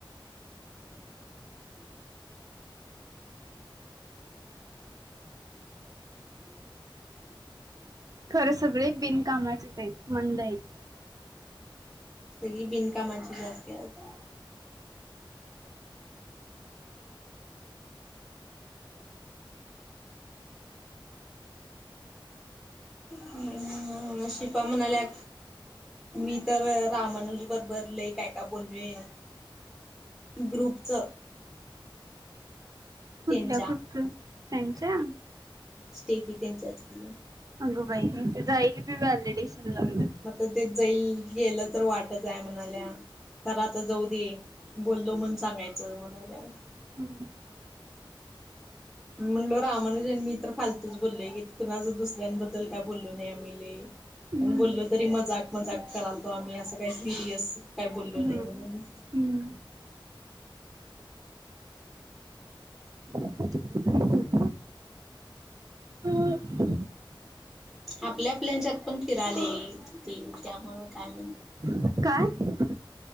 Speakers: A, in the centre; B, on the right.
A: ह हा <unintelligible> ह <unintelligible>
B: खरं सगळे बिनकामाचे आहेत मंद आहेत
A: सगळी बिन कामाांची असत्यात. हम् शिफा म्हणाल्या मी तर रामानु बबर लय काय काय बोललोय ग्रुपच
B: कुठल्या
A: त्यांच्या
B: ग्रुपचं त्यांच्या
A: स्टेफी त्यांचाच की
B: अगं बाई! जाईल बी व्हॅलिडेशन लागल तर
A: मग ते जाईल गेलं तर वाटच आहे म्हणाल्या. खर आता जाऊ दे,, बोललो म्हणून सांगायचं म्हणाल्या.
B: हमम
A: मी म्हणलो रामानुजन मी तर फालतूच बोललोय गे,,, कुणाच दुसऱ्यांबद्दल काय बोललो नाही आम्ही लय.
B: हम्म.
A: पण बोललो तरी मजाक मजाक करायल तो आम्ही असं काही सिरियस काय बोललो
B: हम्म.
A: नाही म्हणून.
B: <inaudible> हम
A: आपल्या आपल्याच्यात पण फिराले ते त्यामुळं काय म्हण
B: काय <inaudible>